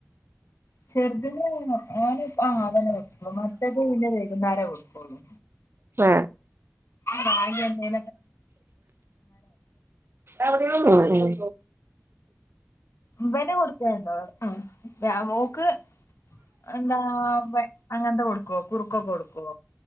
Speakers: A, on the left (about 70°); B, on the right (about 55°).
A: ചെർതിന് ഓന് <unintelligible> മറ്റേത് പിന്നെ വൈകുന്നാര കൊടുക്കൊള്ളൂ
B: ആ
A: റാഗി എന്തേലോ
B: ഉം ഉം
A: വന് കൊടുക്കെണ്ടോ ആ എ മോക്ക് എന്താ <unintelligible> അങ്ങൻത്തെ കൊടുക്കൊ കുറുക്കൊക്കെ കൊടുക്കൊ